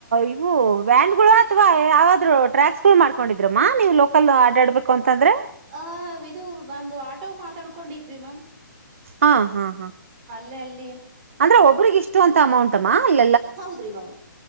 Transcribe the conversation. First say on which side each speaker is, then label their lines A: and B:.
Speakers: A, on the right; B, on the right.
A: ಇವು ವ್ಯಾನ್ ಗಳು ಅಥವಾ ಯಾವಾದ್ರು ಟ್ರ್ಯಾಕ್ಸ್ ಗಳು ಮಾಡ್ಕೊಂಡಿದ್ರಮ್ಮ ನೀವು ಲೋಕಲ್ ಆಡಾಡ್ಬೇಕು ಅಂತಂದ್ರೆ... <unintelligible>
B: <inaudible>
A: ಹಾ ಹಾ ಹಾ.. <inaudible>
B: ಲೀ.. <inaudible>
A: ಅಂದ್ರೆ ಒಬ್ರಿಗೆ ಇಷ್ಟೋ ಅಂತ ಅಮೌಂಟ್ ಅಮ್ಮ.. <unintelligible>
B: ಹೌದ್ರಿ ಮ್ಯಾಮ್